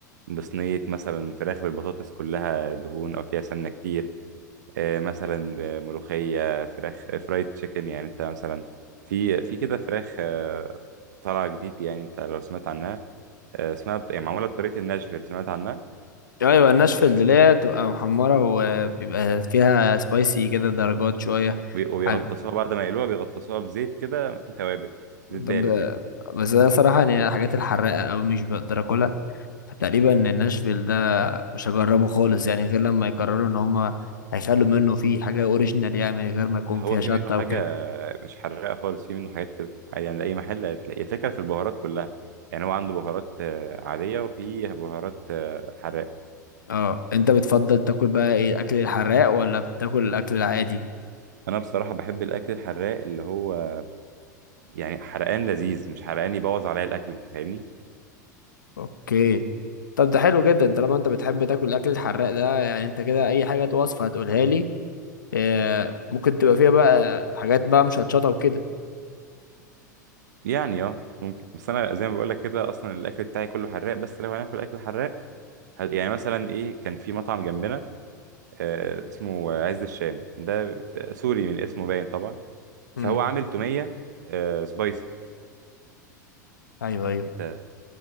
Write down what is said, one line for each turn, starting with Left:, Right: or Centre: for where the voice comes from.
Right: بصينيه مثلا فراخ بالبطاطس كلها دهون او فيها سمنه كتير آه، مثلا آه، ملوخيه فراخ آه، فرايد تشيكن يعني انت مثلا في في كده فراخ آه، طالعه جديد يعني انت لو سمعت عنها آه، اسمها يعني معموله بطريقه الناشفيل سمعت عنها
Left: ايوه الناشفل اللي هي بتبقى محمره وبيبقى فيها سبايسي كده درجات شويه
Right: وبي- وبيغطسوها
Left: حاجه
Right: بعد ما يقلوها بيغطسوها في زيت كده فيه توابل زيت بارد
Left: طب
Right: يعني
Left: بس انا صراحه يعني الحاجات الحراقه قوي مش بقدر اكلها فتقريبا إن ناشفيل ده مش هجربه خالص يعني غير لما يقرروا ان هما هيخلوا منه فيه حاجة اوريجينال يعني من غير ما يكون
Right: هو
Left: فيها
Right: في
Left: شطة
Right: منه حاجة
Left: وكده
Right: مش حراقة خالص في منه حاجات كده عادي يعني أي محل هتلاقي الفكرة في البهارات كلها يعني هو عنده بهارات آه، عادية وفي بهارات آه، حراقة
Left: اه انت بتفضل تاكل بقى ايه الاكل الحراق ولا بتاكل الاكل العادي
Right: أنا بصراحة بحب الأكل الحراق اللي هو يعني حرقان لذيذ مش حرقان يبوظ عليا الأكل أنت فاهمني
Left: اوكي طب ده حلو جدا انت لما انت بتحب تاكل الاكل الحراق ده يعني انت كده اي حاجة وصفة هتقولها لي آه، ممكن تبقى فيها بقى حاجات بقى مشطشطة وكده
Right: يعني أه ممكن بس أنا زي ما بقولك كده أصلا الأكل بتاعي كله حراق بس لو هناكل أكل حراق ه- يعني مثلا إيه كان في مطعم جنبنا آه، اسمه عز الشام ده سوري من اسمه باين طبعا فهو
Left: امم
Right: عامل تومية آه، سبايسي
Left: ايوه ايوه
Right: انت